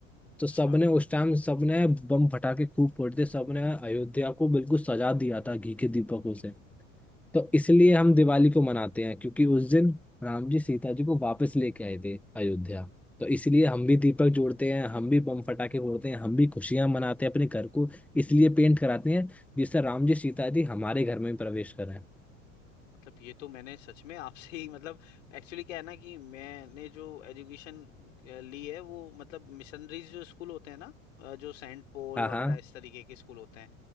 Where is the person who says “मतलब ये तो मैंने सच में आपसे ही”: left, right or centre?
Left